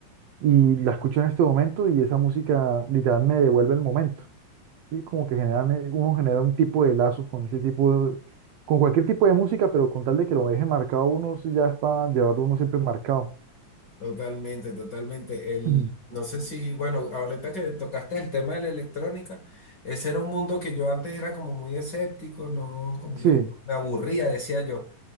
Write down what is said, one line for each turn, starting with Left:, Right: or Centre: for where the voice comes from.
Right: y la escucho en este momento y esa música literal me devuelve el momento. ¿sí? Como que generan, eh, uno genera un tipo de lazos con ese tipo de- con cualquier tipo de música, pero con tal de que lo deje marcado uno, sí, ya es para llevarlo uno siempre marcado.
Left: Totalmente, totalmente. El,
Right: <clears throat>
Left: no sé si, bueno, ahorita que tocaste el tema de la electrónica, ese era un mundo que yo antes era como muy escéptico, no, como
Right: Sí.
Left: que me aburría, decía yo.